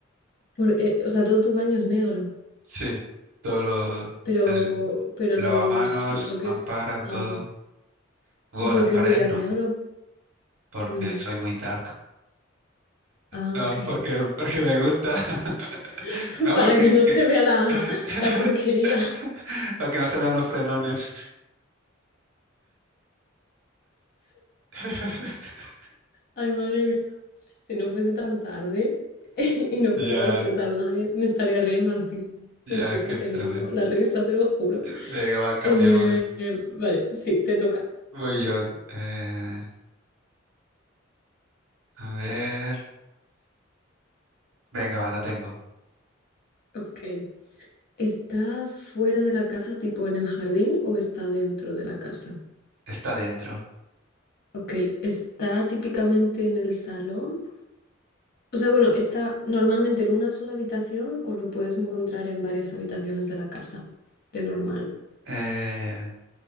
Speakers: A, on the left; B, on the right.
A: Por- eh, o sea, todo tu baño es negro.
B: Sí. Todo lo...
A: Pero,
B: El
A: pero
B: lavamanos,
A: los, lo que
B: mampara,
A: es...
B: todo.
A: Ah,
B: Bueno,
A: ¿y por
B: las
A: qué
B: paredes
A: lo querías
B: no,
A: negro?
B: porque
A: Mm,
B: soy muy dark.
A: Ah,
B: No,
A: ok.
B: porque, porque me gusta. <laughs>
A: <laughs>
B: No,
A: Para
B: porque...
A: que no
B: que-
A: se vea la,
B: <laughs>
A: la porquería. <laughs>
B: Para que no se vean los frenones. <laughs>
A: Ay, madre mía. Si no fuese tan tarde <laughs> y no fuese
B: Ya,
A: a despertar a nadie, me estaría riendo altísimo.
B: ya,
A: Me estoy
B: que
A: conteniendo
B: es tarde.
A: la risa, te lo juro.
B: Venga, va, cambiamos.
A: Eh, eh, vale, sí, te toca.
B: Voy yo. Eh, a ver. Venga, va, la tengo.
A: Ok. ¿Está fuera de la casa, tipo en el jardín, o está dentro de la casa?
B: Está dentro.
A: Ok, ¿está típicamente en el salón? O sea, bueno, está normalmente en una sola habitación o lo puedes encontrar en varias habitaciones de la casa, de normal.
B: Eh,